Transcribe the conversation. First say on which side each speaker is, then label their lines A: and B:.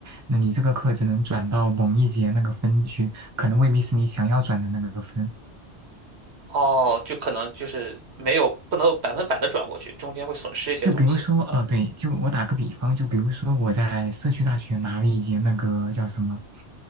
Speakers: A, on the right; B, on the right.
A: 那你这个课只能转到某一节那个分区，可能未必是你想要转的那个分。
B: 哦，就可能就是没有不能百分百的转过去，中间会损失一些东西。
A: 就比如说，呃，对，就我打个比方，就比如说我在社区大学拿了一节那个叫什么